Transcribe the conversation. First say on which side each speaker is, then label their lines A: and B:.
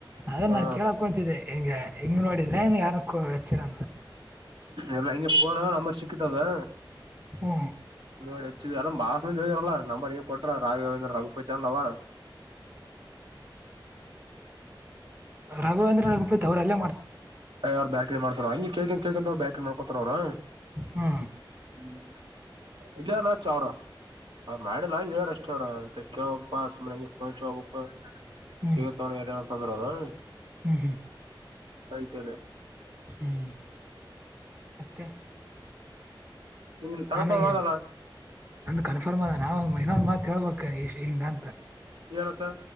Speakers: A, on the right; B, on the right.
A: ಅದ್ರ
B: ಹ
A: ನಾನ್ ಕೇಳಕ್ ಹೊಂತಿದ್ದೆ ಹಿಂಗ ಹಿಂಗ್ ನೋಡಿದ್ರೆ ಯಾರಕ್ಕ ಹೆಚ್ಚಿರಂತ
B: ಎಲ್ಲಾ ಹೆಂಗ ಪೋ್ರ ನಂಬರ್ ಸಿಕ್ಕಿತಾ ಅದು
A: ಹ್ಞೂ
B: ಏ ಹಚ್ಚಿವಿ ಎಲ್ಲ ಮಾಸ ಮಾಸ್ ಮಂದಿ ಹೋಗಿರಲ್ಲ ನಮ್ಮರ ಕೊಟ್ರ ರಾಘವೇಂದ್ರ ರಘುಪತಿ ಅನ್ನವ
A: ರಾಘವೇಂದ್ರ ರಘುಪತಿ ಅವ್ರಲ್ಲ
B: ಯಾರ ಬ್ಯಾಟ್ರಿ ಮಾಡ್ತಾರ ಹಂಗಿ ಕೇಳ್ ಕೇಳ್ದಾಂಗ ಬ್ಯಾಟ್ರಿ ಮಾಡಕೋತಾರ ಅವರು
A: ಹ್ಮ
B: ಹ್ಮ ಇಲ್ಲಯನ ಚ ಅವ್ರ ಅವ್ರ ಮಾಡಲ್ಲ ಹೇಳಾರ ಅಷ್ಟಾರ ಅಂತ ಕೇಳ್ ಪಾಸ್ ಮಂ ಪಂಚ್ ಹೋಗಬೇಕ್
A: ಹ್ಞೂ
B: ಸಿಗತ್ತವ ಎ ಏನಂತಂದ್ರ ಅದೂ
A: ಹ್ಞೂ
B: ಐತೇದ
A: ಹ್ಮ್ ಮತ್ತೆ
B: ನಿನ್ ಕನ್ಫರ್ಮ್
A: ಆಮೇಗ್
B: ಆದಲ್ಲ
A: ಏನು ನಂದು ಕನ್ಫರ್ಮ್ ಅದ ನಾವು ಇನ್ನೊಂದ್ ಮಾತ್ ಹೇಳ್ಬೇಕು ಈ ಈಶ್ ಹಿಂಗ ಅಂತ
B: ಹೇಳತ್ತ